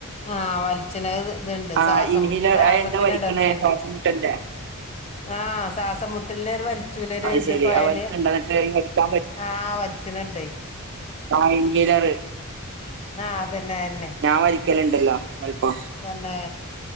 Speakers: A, on the left; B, on the right.
A: ആഹ് വൽച്ച്ണെഹ് ഇത് ഇത്‌ണ്ട്
B: ആഹ്
A: സാസം
B: ഇൻഹീലർ
A: മുട്ട് സാസത്തിന്
B: അത് എന്താ വലിക്കണേ
A: എടർചേത്ത്
B: ശ്വാസം
A: രെ
B: മുട്ടലിന്റെ
A: ആഹ് സാസംമുട്ടൽന് ഒര് വൽ ചൂലെ ഒര്
B: അത്
A: ഇത്
B: ശെരി
A: കൊയല്
B: അത് വലിക്ക്‌ണ്ടോ ന്നിട്ട് വലിക്കാൻ
A: ആഹ് വൽച്ച്ണെഹ് ഇണ്ടെയ്
B: ആഹ് ഇൻഹീലറ്
A: ആഹ് അതന്നെ അയന്നെ
B: ഞാൻ വലിക്കല്ണ്ടല്ലോ ചെൽപ്പൊ
A: തന്നെ